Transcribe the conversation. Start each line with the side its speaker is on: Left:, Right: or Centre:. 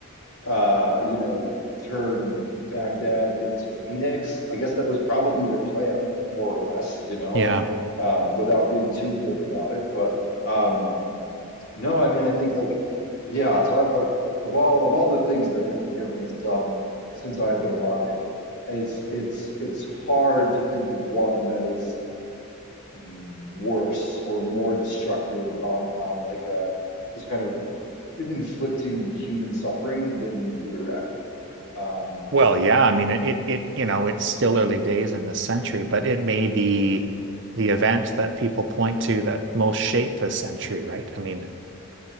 Left: uh, you know, turn Baghdad into Phoenix? I guess that was probably their plan, more or less, you know,
Right: Yeah.
Left: like, um, without being too glib about it. But, um, No, I mean, I think like, yeah, talk like of all of all the things that the Argentine government has done since I've been alive, it's it's it's hard to think of one that is worse or more destructive on on like uh just kind of in- inflicting human suffering than the Iraq War. Um,
Right: Well, yeah, I mean it, it you know, it's still early days in this century, but it may be the event that people point to that most shaped this century, right? I mean,